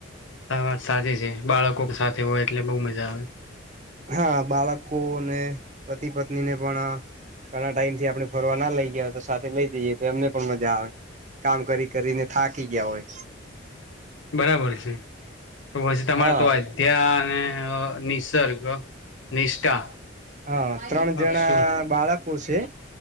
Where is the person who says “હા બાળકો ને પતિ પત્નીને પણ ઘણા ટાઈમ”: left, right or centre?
Right